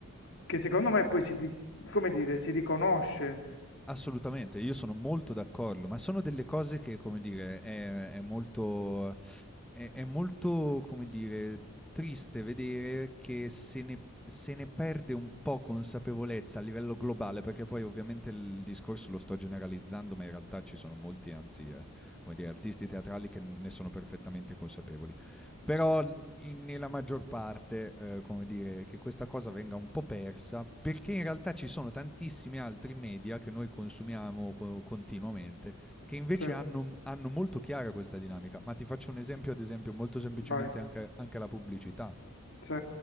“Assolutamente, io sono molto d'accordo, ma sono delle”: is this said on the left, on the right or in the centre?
Centre